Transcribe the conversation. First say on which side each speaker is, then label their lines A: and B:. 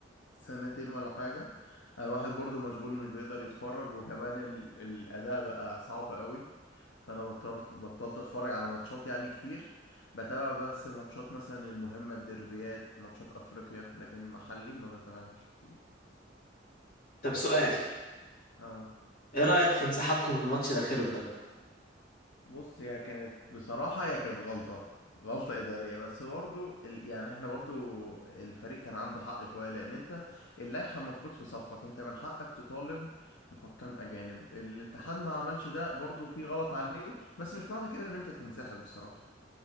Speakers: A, on the left; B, on the left.
A: سنتين ولا حاجة آه، الواحد برضو مشغول ومش بيقدر يتفرج وكمان ال... الأداء بقى صعب قوي فأنا بطلت بطلت أتفرج على ماتشات يعني كتير بتابع بس ماتشات مثلا المهمة الديربيات ماتشات أفريقيا لكن محلي ما بتابعش كتير
B: طب سؤال
A: اه
B: ايه رايك في انسحابكم من الماتش الاخير قدامنا
A: بص هي كانت بصراحة هي كانت غلطة غلطة إدارية بس برضو ال... يعني احنا برضو الفريق كان عنده حق شوية لأن انت اللائحة المفروض في صفك انت من حقك تطالب بحكام أجانب الاتحاد ما عملش ده برضو في غلط عليه بس مش معنى كده إن انت تنسحب بصراحة